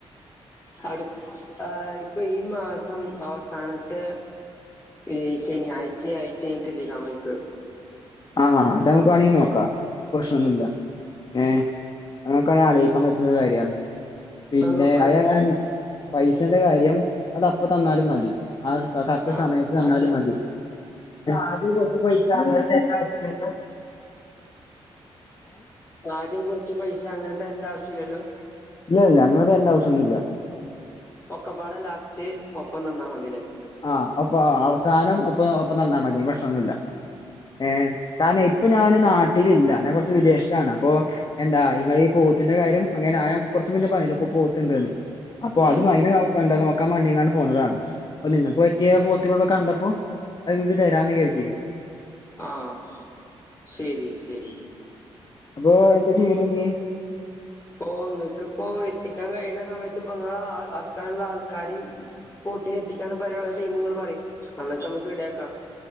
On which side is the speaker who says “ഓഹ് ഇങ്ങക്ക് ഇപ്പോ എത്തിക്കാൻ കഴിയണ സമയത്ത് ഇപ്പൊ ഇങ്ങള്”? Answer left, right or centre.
Left